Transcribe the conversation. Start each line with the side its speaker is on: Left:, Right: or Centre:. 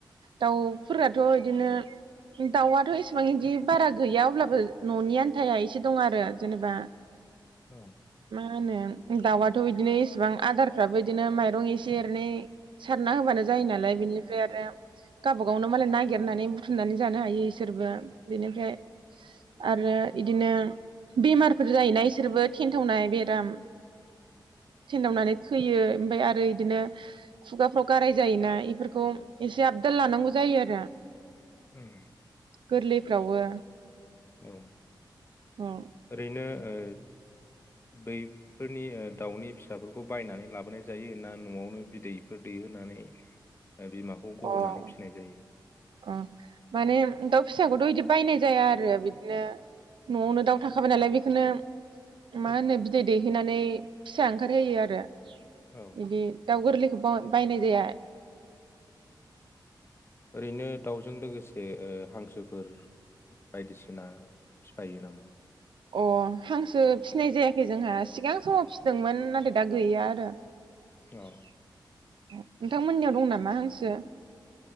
Right: दाउफोराथ' बिदिनो दाउआथ' एसिबां बिदि बारा गैया अब्लाबो न'नि आन्थाया एसे दं आरो जेनेबा
Left: औ
Right: मा होनो दाउआथ' बिदिनो इसेबां आदारफ्राबो बिदिनो माइरं एसे एरनै सारना होबानो जायो नालाय बिनिफ्राय आरो गावबागावनो मालाय नागिरनानै बुथुमनानै जानो हायो इसोरबो बेनिफ्राय आरो इदिनो बेमारफोर जायोना इसोरबो थेन्थावनाय बेराम थेन्दावनानानै थैयो ओमफाय आरो बिदिनो खुगाफ्राव गाराय जायोना इफोरखौ एसे आबदाल लानांगौ जायो आरो
Left: ओम
Right: गोरलैफ्रावबो
Left: औ
Right: औ
Left: ओरैनो ओ बै फोरनि दाउनि फिसाफोरखौ बायनानै लाबोनाय जायो ना न'आवनो बिदैफोर दैहोनानै ओ बिमाखौ गहोनानै
Right: अ
Left: फिसिनाय जायो
Right: अ माने दाव फिसाखौथ' बिदि बायनाय जाया आरो बिदिनो न'आवनो दाउ थाखाबाय नालाय बेखौनो मा होनो बिदै दैहैनानै फिसा ओंखारहोयो आरो
Left: औ
Right: बिदि दाउ गोरलै बायनाय जाया
Left: ओरैनो दाउजों लोगोसे ओ हांसोफोर बायदिसिना फिफायो नामा
Right: अ हांसो फिनाय जायाखै जोंहा सिगां समाव फिसिदोंमोन नाथाय दा गैया आरो नोंथांमोननियाव
Left: औ
Right: दं नामा हांसो